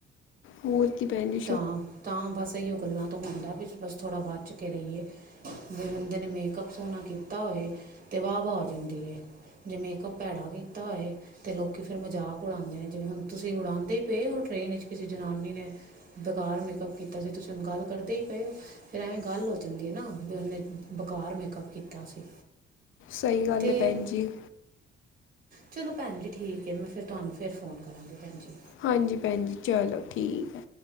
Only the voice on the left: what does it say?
ਹੋਰ ਕੀ ਪੈਂਜੀ।
ਸਹੀ ਗੱਲ
ਹੈ ਭੈਣ ਜੀ।
ਹਾਂਜੀ ਭੈਣ ਜੀ ਚਲੋ ਠੀਕ ਹੈ।